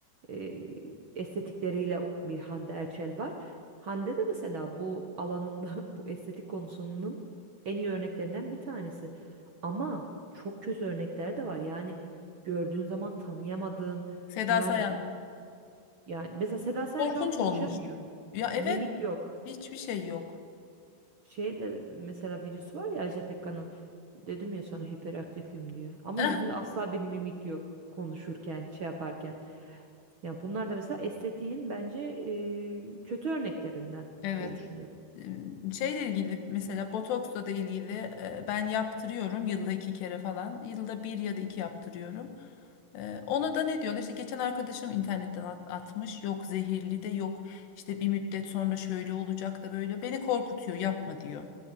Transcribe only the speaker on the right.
e, estetikleriyle bir Hande Erçel var. Hande de mesela bu alanında <laughs> bu estetik konusunun en iyi örneklerinden bir tanesi. Ama çok kötü örnekler de var. Yani gördüğün zaman tanıyamadığın
yani
bir- yani mesela Seda Sayan
şu an konuşamıyor.
Mimik yok.
Şey de mesela videosu var ya Ajda Pekkan'ın dedim ya sana hiperaktifim diyor. Ama
yüzünde asla bir mimik yok konuşurken, şey yaparken. Ya bunlar da mesela estetiğin bence e, kötü örneklerinden
diye düşünüyorum.